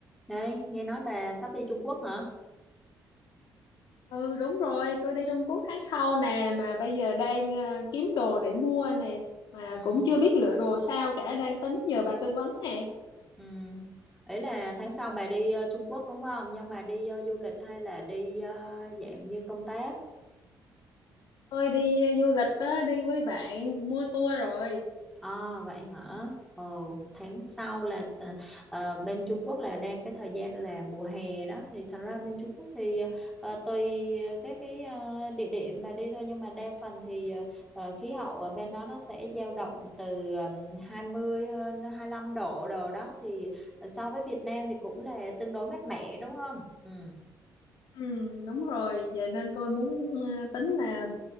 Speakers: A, in the centre; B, on the left (about 80°).
A: Đây, nghe nói bà sắp đi Trung Quốc hả?
B: Ừ đúng rồi, tôi đi Trung Quốc tháng sau nè mà bây giờ đang ờ, kiếm đồ để mua nè mà
A: Ừ,
B: cũng chưa biết lựa đồ sao cả đang tính nhờ bà tư vấn nè.
A: ừ. Ý là tháng sau bà đi ờ, Trung Quốc đúng không? Nhưng mà đi ờ, du lịch hay là đi ờ, dạng như công tác?
B: Tôi đi ờ, du lịch đó, đi với bạn mua tour rồi.
A: À, vậy hả? Ồ, tháng sau là t- ờ, bên Trung Quốc là đang cái thời gian là mùa hè đó thì thật ra bên Trung Quốc thì ờ, tùy ờ, cái cái ờ, địa điểm mà đi thôi nhưng mà đa phần thì ờ, ờ, khí hậu ở bên đó nó sẽ dao động từ um, 20 hơn hai lăm độ đồ đó thì so với Việt Nam thì cũng là tương đối mát mẻ đúng không? Ừ.
B: Ừ đúng rồi, vậy nên tôi muốn ờ, tính là